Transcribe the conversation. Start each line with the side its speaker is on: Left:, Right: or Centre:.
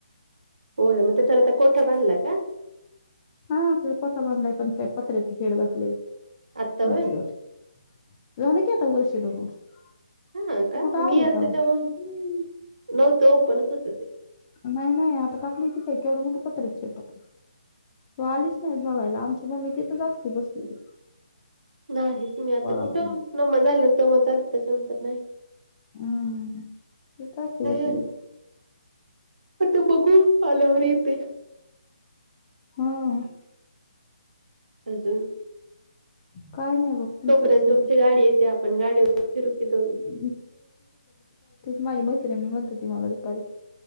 Right: होय मग त्याला आता गोटा बांधलाय काय
Left: हा आपल्याला गोटा बांधायचा पण पत्र्याची शेड घातलयं
Right: आत्ता होय
Left: मोठ्यागत झालं की आता वर्ष दोन वर्ष तू
Right: हा का
Left: कुठं आली
Right: मी आलते
Left: तवा
Right: तेव्हा नव्हतं ओपणच होतं ते
Left: नाही नाही आता टाकलंय की बाई केवढ मोठ पत्र्याच शेड टाकलंय तु आलीच नाही बघायला आमची मम्मी तिथंच असते बसलेली
Right: नाहीच मी आता
Left: वाराला
Right: कुठं
Left: मग.
Right: नम्मा झाली तेव्हाच आलती त्याच्यानंतर नाही
Left: हम्म. तिथं असते बसलेली
Right: लय आता बघू आल्यावर येते
Left: हम्म
Right: अजून
Left: काय नाही बघ तुमचंच
Right: तोपर्यंत
Left: सांग
Right: तुमची गाडी येत्या आपण गाडीवर फिरू की दोघी
Left: <unintelligible> माझी मैत्रिणी म्हणत होती मला दुपारी